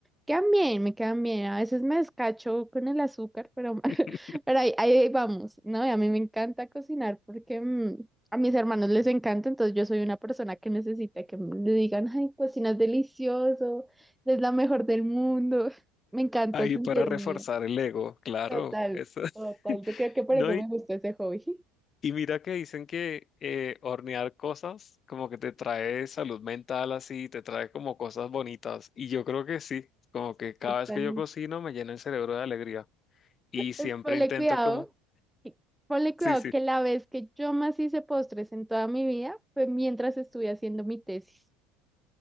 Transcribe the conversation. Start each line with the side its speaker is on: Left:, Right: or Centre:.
Centre: Quedan bien, me quedan bien. A veces me descacho con el azúcar, pero, <laughs>
Left: <laughs>
Centre: pero ahí, ahí vamos, ¿no? Y a mí me encanta cocinar porque mm, a mis hermanos les encanta, entonces yo soy una persona que necesita que me- le digan, ay, cocinas delicioso, es la mejor del mundo. <laughs> Me encanta
Left: Ahí
Centre: sentirme.
Left: para reforzar el ego, claro.
Centre: Total,
Left: Eso. <laughs>
Centre: total. Yo creo que por
Left: No,
Centre: eso
Left: y,
Centre: me gustó ese hobby.
Left: y mira que dicen que eh, hornear cosas como que te trae salud mental así, te trae como cosas bonitas. Y yo creo que sí, como que cada
Centre: Totalmente.
Left: vez que yo cocino me llena el cerebro de alegría. Y siempre
Centre: Pues ponle
Left: intento
Centre: cuidado,
Left: como,
Centre: y- ponle
Left: sí,
Centre: cuidado
Left: sí.
Centre: que la vez que yo más hice postres en toda mi vida fue mientras estuve haciendo mi tesis.